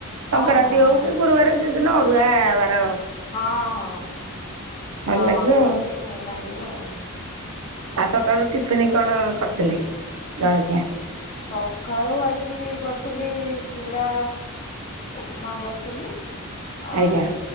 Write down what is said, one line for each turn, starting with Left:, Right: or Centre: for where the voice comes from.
Right: ସଂକ୍ରାନ୍ତି
Left: ହଁ
Right: ହଉ
Left: ହଁ
Right: କି ଗୁରୁବାର ଯୋଉ ଦିନ ଅରୁଆବାର।
Left: ହଁ ହଁ। ହଁ
Right: ଭଲ ଲାଗିବ
Left: ସେମତି
Right: ଆଉ
Left: ଭଲ ଲାଗିବ ଆଉ।
Right: ଆଉ ସକାଳୁ ଟିଫିନି କଣ କରିଥିଲେ ଜଳଖିଆ?
Left: ସକାଳୁ ଆଜି କରିଥିଲି ଚୁଡା ଉପମା କରିଥିଲି। ଆଉ
Right: ଆଜ୍ଞା